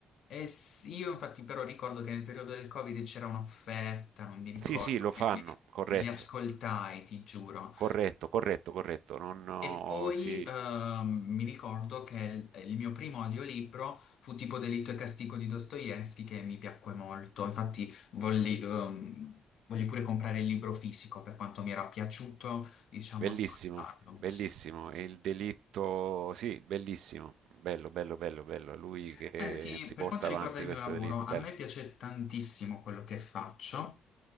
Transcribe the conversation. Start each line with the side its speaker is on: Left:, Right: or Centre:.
Left: e s- io infatti però ricordo che nel periodo del Covid c'era un'offerta, non mi ricordo,
Right: Sì, sì, lo fanno,
Left: me
Right: corretto,
Left: me li ascoltai, ti giuro.
Right: corretto, corretto, corretto. Non, oh,
Left: E poi
Right: sì.
Left: ehm, mi ricordo che il, il mio primo audiolibro fu tipo Delitto e Castigo di Dostoevsky che mi piacque molto. Infatti volli, ehm, volli pure comprare il libro fisico per quanto mi era piaciuto, diciamo,
Right: Bellissimo,
Left: ascoltarlo.
Right: bellissimo, e il delitto, sì, bellissimo, bello, bello, bello, bello, è lui che
Left: Senti,
Right: si
Left: per
Right: porta
Left: quanto
Right: avanti
Left: riguarda il
Right: questo
Left: mio lavoro,
Right: delitto,
Left: a
Right: bello.
Left: me piace tantissimo quello che faccio.